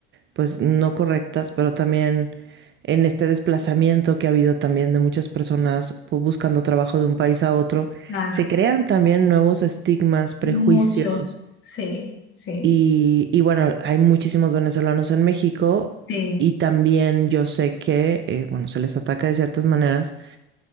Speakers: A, on the right; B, on the left.
A: pues no correctas, pero también en este desplazamiento que ha habido también de muchas personas pues, buscando trabajo de un país a otro,
B: Exacto.
A: se crean también nuevos estigmas, prejuicios
B: Mucho. Sí, sí.
A: y, y bueno, hay muchísimos venezolanos en México
B: Sí.
A: y también yo sé que, eh, bueno, se les ataca de ciertas maneras